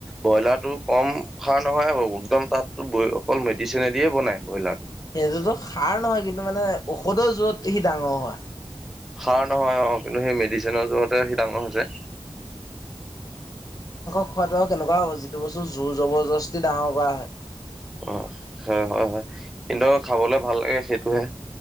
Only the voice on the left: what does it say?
সেইটোতো সাৰ নহয় কিন্তু মানে ঔষধৰ যত সি ডাঙৰ হয়
খোৱাতটো কেনেকুৱা হ'ব যিটো বস্তু জোৰ জবৰ জস্তি ডাঙৰ কৰা হয়